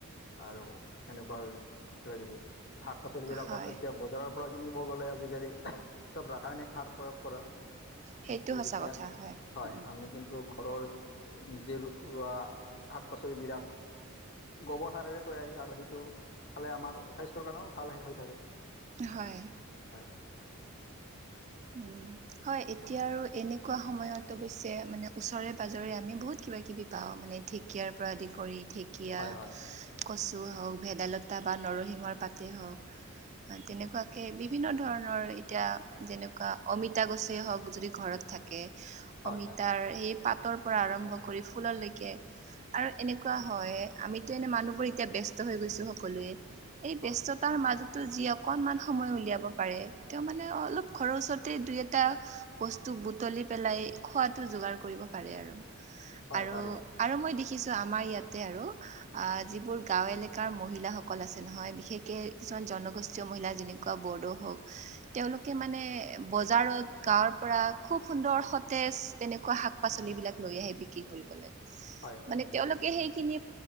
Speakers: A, on the left; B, on the right.
A: আৰু সেনেকুৱা কিবা কিবি শাক পাচলিবিলাকত
B: হয়
A: যেতিয়া বজাৰপ কৰা কিনিব গ'লে আজিকালি, চ'ব ৰাসায়নিক সাৰ প্ৰয়োগ কৰা
B: সেইটো
A: কিন্তু
B: সঁচা
A: যেতিয়া
B: কথা
A: হয়।
B: উম
A: আমি কিন্তু ঘৰৰ নিজেই ৰোৱা শাক-পাচলিবিৰাক- গোবৰ সাৰেৰে তৈয়াৰী আৰু সেইটো খালে আমাৰ স্বাস্থ্যৰ কাৰণেও ভাল হৈ থাকে।
B: হয়।
A: হয় হয়
B: উম। হয় এতিয়া
A: আপোনাৰ
B: আৰু এনে- কোৱা সময়ত অৱশ্যে মানে ওচৰে পাঁজৰে আমি বহুত কিবা- কিবি পাওঁ মানে ঢেকীয়াৰ পৰা আদি কৰি- কীয়া-
A: হয় হয়
B: কচু হওক, ভেদাইলতা বা নৰসিংহৰ পাতে হওক তেনেকুৱা- কে বিভিন্ন ধৰণৰ এতিয়া যেনেক অমিতা গছেই হওক যদি ঘৰত থাকে
A: হয়
B: অমিতাৰ
A: হয়
B: সেই পাত তৰ পৰা আৰম্ভ কৰি ফুললৈকে আৰু এনেকুৱা হয় আমিতো এনে মানুহবোৰ এতিয়া ব্যস্ত হৈ গৈছো সকলোৱে। এই ব্যস্ততাৰ
A: হয়
B: মাজতো যি অকনমান সময় উলিয়াব পাৰে তেওঁ মানে অলপ ঘৰৰ ওচৰতে দুই এটা বস্তু বুটলি পেলাই খোৱাটো যোগাৰ কৰিব পাৰে আৰু।
A: হয়
B: আৰু
A: পাৰিম
B: আৰু মই দেখিছো আমাৰ ইয়াতে আৰু আহ যিবোৰ গাও এলেকাৰ মহিলাসকল আছে নহয় বিশেষকে কিছুমান জনগোষ্ঠীয় মহিলা যেন বড়ো হওক তেওঁলোকে মানে এ বজাৰত গাঁৱৰ পৰা খুব সুন্দৰ সতেজ তেনেকুৱা শাক পাচলি বিলাক লৈ আহে বি কি কৰিব লে
A: হয় হয়
B: মানে তেওঁলোক সেইখিনি